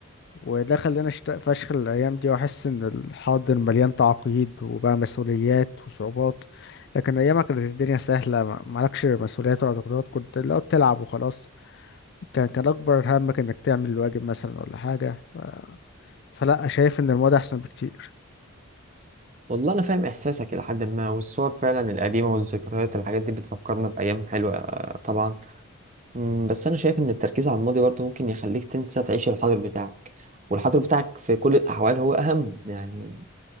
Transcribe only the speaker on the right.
والله أنا فاهم إحساسك إلى حد ما والصور فعلا القديمة والذكريات الحاجات دي بتفكرنا بأيام حلوة آه، طبعا مم، بس أنا شايف إن التركيز على الماضي برضه ممكن يخليك تنسى تعيش الحاضر بتاعك والحاضر بتاعك في كل الأحوال هو أهم يعني